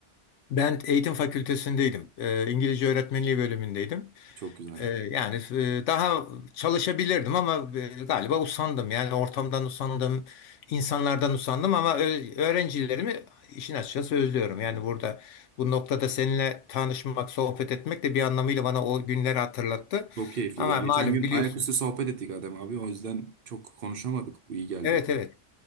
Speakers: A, on the left; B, on the right.
A: Ben eğitim fakültesindeydim. E, İngilizce öğretmenliği bölümündeydim.
B: Çok güzel.
A: Ee, yani e, daha çalışabilirdim ama e, galiba usandım. Yani ortamdan usandım, insanlardan usandım ama ö- öğrencilerimi işin açıkçası özlüyorum.
B: Hmm.
A: Yani burada bu noktada seninle tanışmak, sohbet etmek de bir anlamıyla bana o günleri hatırlattı.
B: Çok keyifliydi.
A: Ama
B: ya. Geçen
A: malum
B: gün
A: biliyorsun.
B: ayaküstü sohbet ettik Adem abi. O yüzden çok konuşamadık. Bu iyi geldi
A: Evet
B: bana.
A: evet